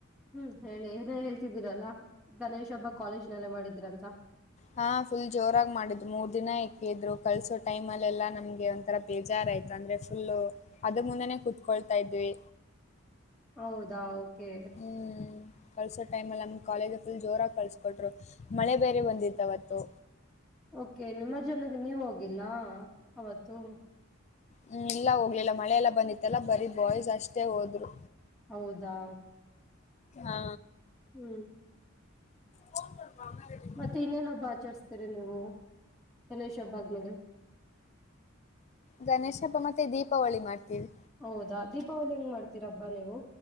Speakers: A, in the centre; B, on the left.
A: ಹ್ಮ್ ಹೇಳಿ ಏನೇ ಹೇಳ್ತಿದ್ದೀರಲ್ಲಾ ಗಣೇಶ್ ಹಬ್ಬ ಕಾಲೇಜನಲ್ಲೇ ಮಾಡಿದ್ರಂತ
B: ಹಾ ಫುಲ್ ಜೋರಾಗಿ ಮಾಡಿದ್ರು ಮೂರ್ ದಿನ ಎಕ್ಕಿದ್ರು ಕಲ್ಸೋ ಟೈಮ್ ಅಲ್ಲ ಎಲ್ಲ ನಮ್ಗೆ ಒಂಥರ ಬೇಜಾರಯ್ತ ಅಂದ್ರೆ ಫುಲ್ಲು ಅದು ಮುಂದೆೇ ಕುೂತ್ಕೊಳ್ತಾ ಇದ್ವಿ
A: ಹೌದಾ ಓಕೆ
B: ಹ್ಮ್ ಕಳ್ಸೋ ಟೈಮಲ್ಲಿ ನಮ ಕಾಲೇಜು ಫುಲ್ ಜೋರಾಗಿ ಕಳಿಸಕೊಟ್ರು ಮಳೆ ಬೇರೆ ಬಂದಿರ್ತವತ್ತು
A: ಓಕೆ ನಿಮ್ಮ ಜನಗೆ ನೀವ ಹೋಗಿಲ್ಲಾ ಅವತ್ತು
B: ಹ್ಮ್ ಇಲ್ಲ ಹೋಗ್ಲಿಲ್ಲ ಮಳೆಲ್ಲಾ ಬಂದಿತ್ತಲ್ಲ ಬರೀ ಬಾಯ್ಸ್ ಅಷ್ಟೇ ಹೋದ್ರು
A: ಹೌದಾ
B: ಅ
A: ಹ್ಮ್
B: ಫೋನ್ ಕೊಡ್ಪಾ ಅ
A: ಮತ್ತೆ ಇನ್ನೇನೊಬ್ಬ ಆಚರಿಸಸ್ತೀರಿ ನೀವು ಗಣೇಶ ಹಬ್ಬಾಗ ಮೇಲೆ
B: ಗಣೇಶಬ ಮತ್ತೆ ದೀಪಾವಳಿ ಮಾಡ್ತೀವಿ
A: ಹೌದಾ ದೀಪಾವಳಿ ಹೆಂಗ ಮಾಡ್ತೀರಬ್ಬಾ ನೀವು